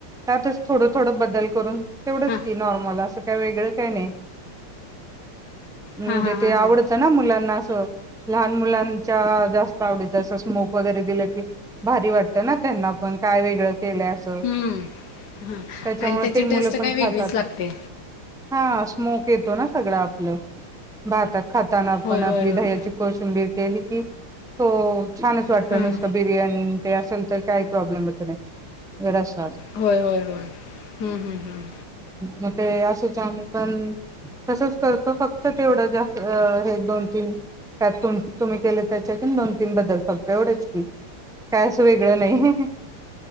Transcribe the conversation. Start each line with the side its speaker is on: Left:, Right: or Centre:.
Centre: त्यातच थोडं थोडं बदल करून तेवढंच
Left: हां
Centre: मला असं काय वेगळं काय नाय. म्हणजे
Left: हां हां हां
Centre: ते आवडतं
Left: हां
Centre: ना मुलांना असं हो लहान मुलांच्या जास्त आवडीच असं स्मोक वगैरे दिलं की भारी वाटत ना त्यांना पण काय वेगळं केलंय असं
Left: हम्म ह
Centre: त्याच्यामुळे
Left: आणि त्याची
Centre: ते मुलं
Left: टेस्ट
Centre: पण
Left: काय वेगळीच
Centre: खातात
Left: लाग तेे
Centre: हा स्मोक येतो ना सगळं आपलं भातात खाताना
Left: होय
Centre: पण
Left: होय
Centre: आपली
Left: होय
Centre: दह्याची कोशिंबीर केली हो. छानच वाटतो
Left: हां
Centre: नुसतं बिर्याणी ते असेल तर काय प्रॉब्लेमच नाही. <unintelligible>
Left: होय होय होय हम्म हम्म हम्म.
Centre: म ते असेच आले पण तसंच करतो फक्त तेवढं जा हे दोन तीन त्यात तुम्ही केले त्याच्या कि दोन तीन बद्दल फक्त एवढंच की काय असं वेगळं नाही.